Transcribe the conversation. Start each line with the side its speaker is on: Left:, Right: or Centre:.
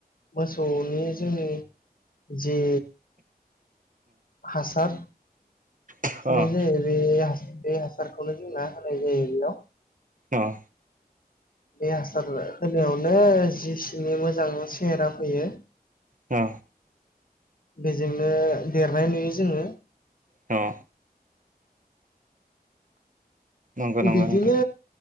Left: मोसौनि जोंनि जे हासार
Right: अ
Left: नाय जायो बे हास बे हासारखौनो जों ना होनाय जायो बेयाव
Right: अह
Left: बे हासार होनायावनो जिसिनि मोजां सेहेरा फैयो
Right: औ
Left: बेजोंनो देरनाय नुयो जोङो
Right: औ नंगौ नंगौ
Left: बिदिनो
Right: नोंथां